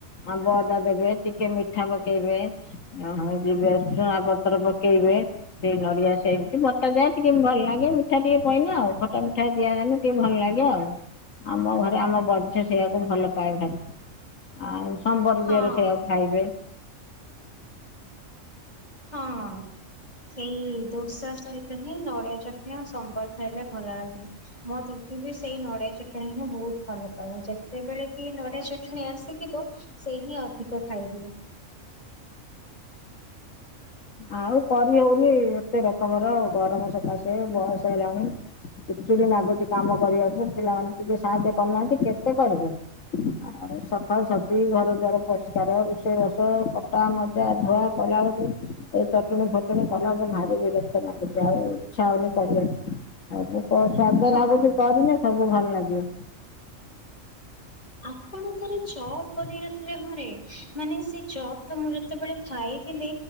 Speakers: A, on the left (about 75°); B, on the left (about 30°).
A: ଆମ୍ବ ଅଦା ଦେବେ ଟିକେ ମିଠା ପକେଇବେ ଆ ହଉ ଭେରୁସୁଙ୍ଗା ପତ୍ର ପକେଇବେ ସେଇ ନଡିଆ ସେମିତି ବଟା ଯାଏ ଟିକେ ଭଲ ଲାଗେ ମିଠା ଟିକେ ପଇଲେ ଆଉ ଖଟା ମିଠା ଦିଆଯାଏ। ଟିକେ ଭଲ ଲାଗେ ଆଉ ଆମ ଘରେ ଆମ ବ ସେ ସେଇଆକୁ ଭଲ ପାଏ ଭାରି ଆଉ ସମ୍ବର
B: ହଁ
A: ଦେହରେ ସେଇଆକୁ ଖାଇବେ।
B: ହଁ। ସେଇ ଦୋସା ସହିତ ହିଁ ନଡିଆ ଚଟଣି ଆଉ ସମ୍ବର ଖାଇଲେ ଭଲ ଲାଗେ। ମୋ ଦିଦି ବି ସେଇ ନଡିଆ ଚଟଣି ହିଁ ବହୁତ ଭଲ ପାାଏ ଯେତେବେଳେ ବି ନଡିଆ ଚଟଣି ଆସି ଥିବ ସେ ହିଁ ଅଧିକ ଖାଇଦିଏ।
A: ଆଉ କରିହଉନି ଏତେ ରକମର ଗରମ ସକାଶେ ବୟସ ହେଲାଣି। ଚିଡ଼ି ଚିଡ଼ି ନାଗୁଛି କାମ କରିବାକୁ ପିଲାମାନେ ଟିକେ ସାହାଯ୍ୟ କରିୁନାହାନ୍ତି କେତେ କରିବେ? ଆଉ ସକାଳୁ ସଫାସଫି ଘର ଦ୍ୱାର ପରିଷ୍କାର ରୋଷେଇବାସ କଟା ମଜା ଧୁଆ କଲାବେଳକୁ ଏଇ ଚଟଣୀ ଫଟଣୀ କଲାମ ଭାରି ବିରକ୍ତ ଲାଗୁଛି ଆଉ ଇଚ୍ଛା ହଉନି କଲେ ଆଉ ମୁ କ ସ୍ଵାଦ
B: ହଁ।
A: ନାଗୁଛି କରନେ ସବୁ ଭଲ ଲାଗିବ।
B: ଆପଣ ଥରେ ଚପ୍ ବନେଇ ନଥିଲେ ଘରେ ମାନେ ସେଇ ଚପ୍ ଟା ମୁଁ ଯେତେବେଳେ ଖାଇଥିଲି